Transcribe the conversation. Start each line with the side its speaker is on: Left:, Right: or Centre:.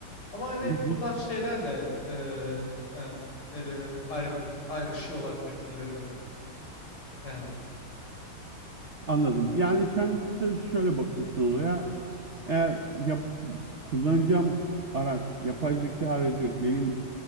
Left: Ama hani
Right: Hı hı,
Left: bu tarz şeylerle eee, ha, ne denir ayrı, ayrışıyorlar birbirlerinden. Yani
Right: anladım. Yani sen kısacası şöyle bakıyorsun olaya. Eğer yap, kullanacağım araç, yapay zeka aracı benim